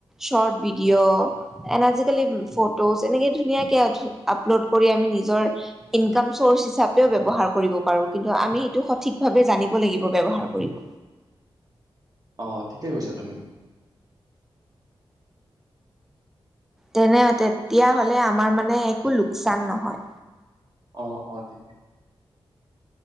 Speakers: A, in the centre; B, on the right.
A: চৰ্ট ভিডিঅ' এন আজি কালি প <unintelligible> এনেকে ধুনীয়াকে আপলোড কৰি আমি নিজৰ ইনকাম সৌৰ্চ হিচাপে ব্যৱহাৰ কৰিব পাৰো কিন্তু আমি হেতু সঠিক ভাবে জানিব লাগিব ব্যৱহাৰ কৰিব।
B: অ ঠিকে কৈছা তুমি।
A: তেনে তেতিয়া হলে আমাৰ মানে একো লোকচান নহয়।
B: অহ-অহ ঠিকে।